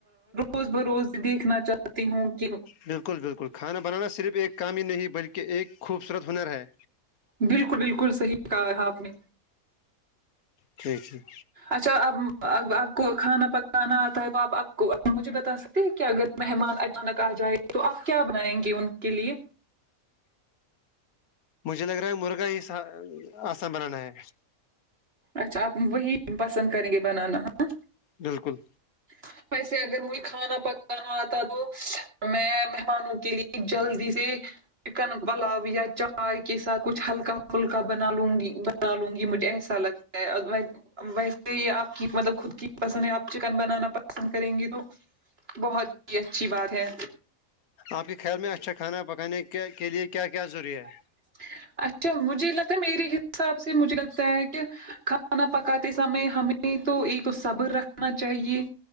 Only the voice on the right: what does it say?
روز ب روز دیکھنا چاہ تی ہوں کہ
بالکل بالکل صحیح کہا آپ نے
اچھا اب آپ کو کھانا پکانا آتا ہے تو آپ آپ کو مجھے بتا سکتے ہیں کیا اگر مہمان اچانک آ جائے تو آپ کیا بنائیں گے ان کے لیے
اچھا آپ وہی پسند کریں گے بنانا ہاں
<unintelligible> ویسے اگر مجھے کھانا پکانا آتا تو میں مہمانوں کے لیے جلدی سے چکن پلاؤ یا چائے کے ساتھ کچھ ہلکا پھلکا بنا لوں گی بنا لوں گی مجھے ایسا لگتا اگو ویسے ہی آپ کی مطلب خود کی پسند ہے آپ چکن بنانا پسند کریں گی تو بہت ہی اچھی بات ہے
<unintelligible> اچھا مجھے لگتا ہے میرے حساب سے مجھے لگتا ہے کہ کھانا پکاتے سمے ہمیں تو ایک تو صبر رکھنا چاہیے